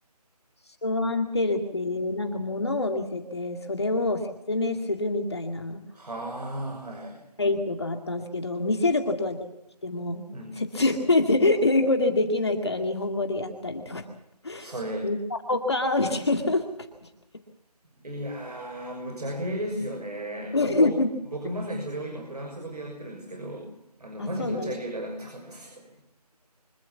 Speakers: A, on the left; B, on the right.
A: ショーアンテルっていう、なんか物を見せて、それを説明するみたいな、
B: あ、はあ、はいはい。
A: はいとかあったんですけど、見せることはできても、
B: うん。
A: 説明で、英語でできないから日本語でやったりとか、
B: それ、
A: 見たほかーみたいな感じ
B: いやー、無茶ゲーですよね。もう、
A: <laughs>
B: 僕、僕まさにそれを今フランス語でやってるんですけど、あの、
A: あ、
B: マジ無茶ゲーだなって思いますよ。
A: そうなんです。